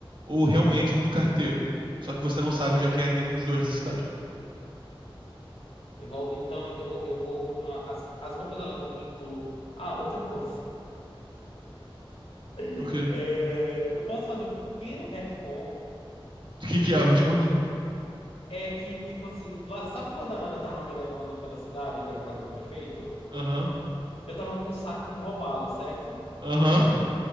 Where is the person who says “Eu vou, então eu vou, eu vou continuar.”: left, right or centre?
Left